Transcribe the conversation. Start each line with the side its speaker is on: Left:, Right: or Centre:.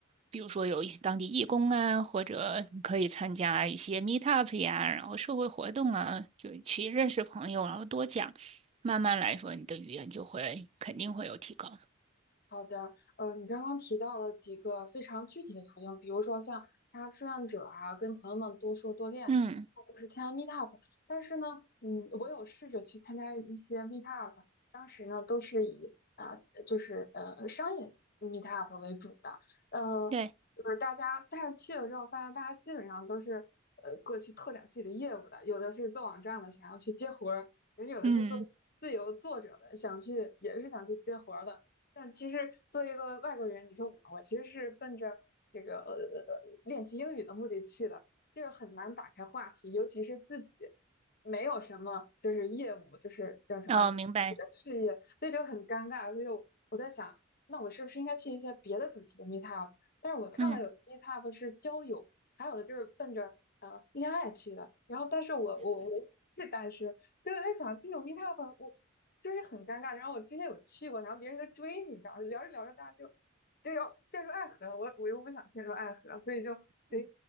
Right: 比如说有一当地义工啊，或者你可以参加一些 meet up 呀，然后社会活动啊，就去认识朋友，然后多讲，慢慢来说，你的语言就会肯定会有提高。
Left: 好的，呃，你刚刚提到了几个非常具体的途径，比如说像参加志愿者啊，跟朋友们多说多练，
Right: 嗯，
Left: 或者是参加 meetup。但是呢，嗯，我有试着去参加一些 meetup，当时呢都是以啊、呃就是呃商业 meetup 为主的，呃，
Right: 对，
Left: 就是大家，但是去了之后发现大家基本上都是呃过去拓展自己的业务的，有的是做网站的，想要去接活儿，人有的是做自由作者的，
Right: 嗯，
Left: 想去也是想去接活儿的。但其实作为一个外国人，你说我，我其实是奔着这个呃练习英语的目的去的，就是很难打开话题，尤其是自己没有什么就是业务，就是叫什么
Right: 哦，明白，
Left: 事业，所以就很尴尬。所以我我在想，那我是不是应该去一些别的主题的 meetup？但是我看到有
Right: 嗯。
Left: meetup 是交友，还有的就是奔着呃恋爱去的。然后，但是我我我是单身，所以我在想，这种 meetup 我就是很尴尬。然后我之前有去过，然后别人就追你，你知道吗，聊着聊着大家就就要陷入爱河了。我我又不想陷入爱河，所以就哎